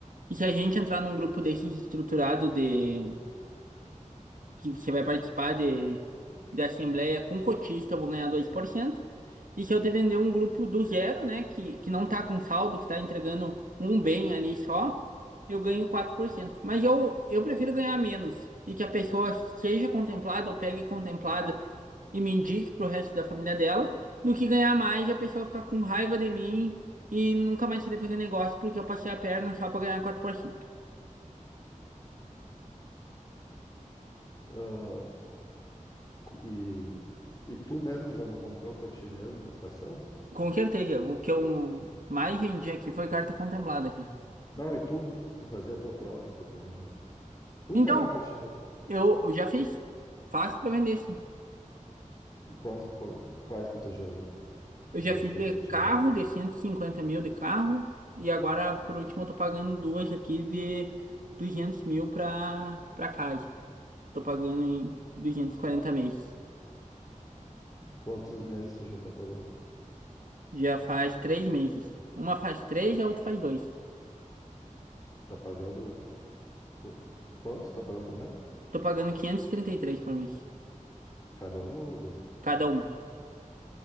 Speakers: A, on the right; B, on the left.
A: E se a gente entrar num grupo desse estruturado de que você vai participar de, de assembleia com cotista, eu vou ganhar dois por cento E se eu te vender um grupo do zero, né, que, que não tá com saldo, que tá entregando um bem ali só, eu ganho quatro por cento Mas eu, eu prefiro ganhar menos e que a pessoa seja contemplada ou pegue contemplada e me indique pro resto da família dela, do que ganhar mais e a pessoa ficar com raiva de mim e nunca mais querer fazer negócio porque eu passei a perna só pra ganhar quatro por cento
B: Ah, cu- e, e tu mesmo já não comprou para ti mesmo as parcelas?
A: Com certeza. O que eu mais vendi aqui foi carta contemplada, cara.
B: Não, e tu, tu fazia a tua própria para tu vender. Tu
A: Então,
B: pagar para ti mesmo.
A: eu, eu já fiz. Fácil pra vender, sim.
B: E quantos, qual- quais que tu já,
A: Eu já
B: já
A: fiz
B: fez
A: de
B: para ti
A: carro,
B: mesmo?
A: de 150 mil de carro. E agora, por último, eu tô pagando duas aqui de 200 mil pra, pra casa. Tô pagando em 240 meses.
B: Quantos meses tu já tá pagando?
A: Já faz três meses. Uma faz três, a outra faz dois.
B: Tá pagando qu- quanto tá pagando por mês?
A: Tô pagando quinhentos e e trinta e três por mês.
B: Cada uma ou os dois?
A: Cada uma.